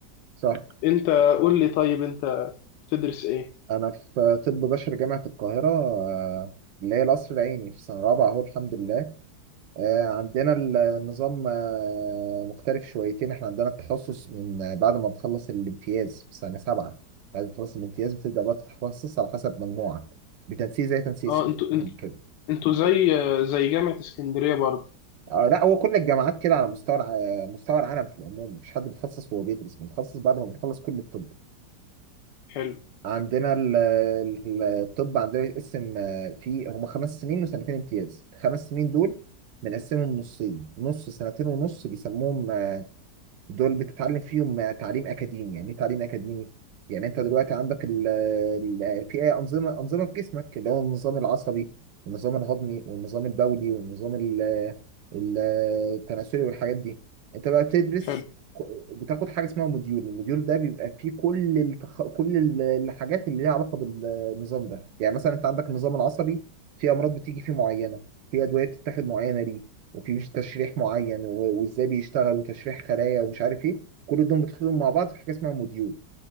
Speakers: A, on the right (about 85°); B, on the left (about 80°).
A: صح
B: انت قول لي طيب انت بتدرس ايه
A: انا في طب بشري جامعه القاهره آه، اللي هي القصر العيني في سنه رابعه اهو الحمد لله آه، عندنا النظام آه، مختلف شويتين احنا عندنا التخصص من آه، بعد ما بنخلص الامتياز في سنة سبعة بعد ما تخلص الامتياز بتبدأ بقى تتخصص على حسب مجموعك بتنسيق زي تنسيق
B: اه
A: س-
B: انتوا انت-
A: كده
B: انتوا زي زي جامعة اسكندرية برضه
A: آه لا هو كل الجامعات كده على مستوى الع- آه، مستوى العالم في العموم مفيش حد بيتخصص وهو بيدرس بنتخصص بعد ما بنخلص كل الطب
B: حلو
A: عندنا ال- ال- الطب عندنا يتقسم آه، في هما خمس سنين وسنتين امتياز الخمس سنين دول بنقسمهم نصين نص سنتين ونص بيسموهم آه، دول بتتعلم فيهم تعليم اكاديمي يعني ايه تعليم اكاديمي يعني انت دلوقتي عندك ال ال في انظمه انظمه في جسمك اللي هو النظام العصبي والنظام الهضمي والنظام البولي والنظام ال- ال- التناسلي والحاجات دي انت بقى بتدرس
B: حلو
A: بتاخد حاجه اسمها موديول الموديول ده بيبقى فيه كل التخ... كل ال- الحاجات اللي ليها علاقه بالنظام ده يعني مثلا انت عندك النظام العصبي في امراض بتيجي فيه معينه في ادويه بتتاخد معينه ليه وفي مش تشريح معين و- وازاي بيشتغل وتشريح خلايا ومش عارف ايه كل دول بتدخلهم مع بعض في حاجه اسمها موديول